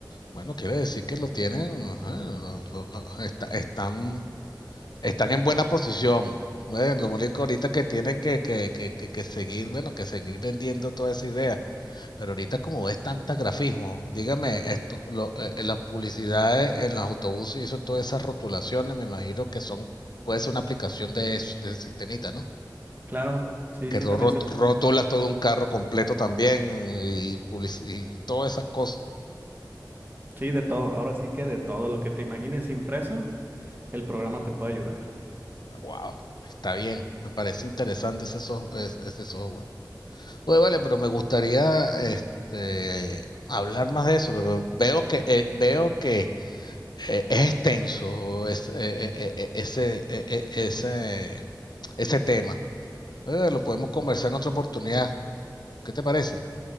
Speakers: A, on the left; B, on the right.
A: bueno, quiere decir que lo tienen, ajá, lo- lo- lo- está- están, están en buena posición. Bueno, lo único ahorita que tienen que, que, que, que, que seguir, bueno, que seguir vendiendo toda esa idea Pero ahorita como ves tanta grafismo, dígame esto, lo- eh, eh, las publicidades en los autobuses y eso, todas esas rotulaciones, me imagino que son, puede ser una aplicación de, es- de ese sistemita, ¿no?
B: Claro. Sí,
A: Que
B: sí,
A: ro-
B: también
A: rot-
B: se...
A: rotulas todo un carro completo también y, publici- y todas esas cosas.
B: Sí, de todo. Ahora sí que de todo lo que te imagines impreso, el programa te puede ayudar.
A: Wow, está bien, me parece interesante ese, sof- es- ese software. Oye, vale, pero me gustaría este, hablar más de eso. pero Veo que, eh, veo que eh, es extenso es, eh, eh, eh, eh, ese, eh, eh, ese, ese tema. Eh, lo podemos conversar en otra oportunidad. ¿Qué te parece?